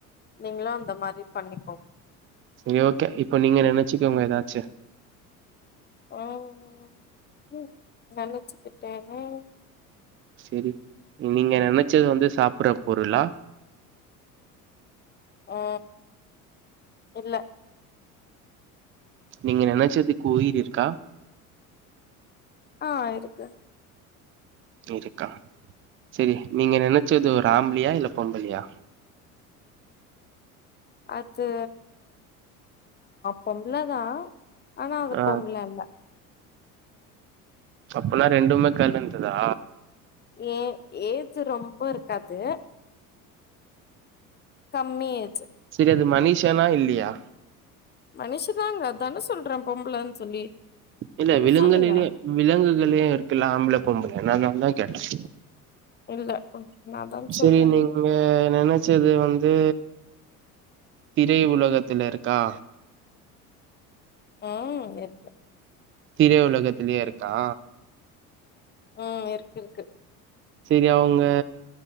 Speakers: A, on the left; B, on the right.
A: நீங்களும் அந்த மாரி பண்ணிக்கோங்க
B: சரி ஓகே இப்ப நீங்க நனைச்சுக்கோங்க ஏதாச்சு
A: ம் ம் நனைச்சுக்கிட்டேன்னே
B: செரி நீங்க நனைச்சது வந்து சாப்பற பொருளா
A: ஆ இல்ல
B: நீங்க நெனைச்சதுக்கு உயிர் இருக்கா
A: ஆ இருக்கு
B: இருக்கா செரி நீங்க நெனைச்சது ஒரு ஆம்பளயா இல்ல பொம்பலயா
A: அது பொம்ள அ தா ஆனா அது
B: ஆ
A: பொம்ள இல்ல
B: அப்பனா ரெண்டுமே கல்லந்ததா
A: ஏ ஏஜ் ரொம்ப இருக்காது கம்மியேஜ்
B: செரி அது மனிஷனா இல்லியா
A: மனுஷன்தாங்க அதான சொல்ற பொம்ளன் சொல்லி
B: இல்ல
A: லூசா
B: விலங்குலிலே
A: நீங்க
B: விலங்குகளே இருக்குல்ல ஆம்பள பொம்பளன்னு அதனால தா கேட்ட
A: இல்ல நான்தான
B: சரி
A: சொல்றேனே
B: நீங்க வே நினைச்சது வந்து திரை உலகத்துல இருக்கா
A: ஆ இருக்
B: திரை உலகத்திலே இருக்கா
A: ஆ இருக்கு இருக்கு
B: செரி அவங்க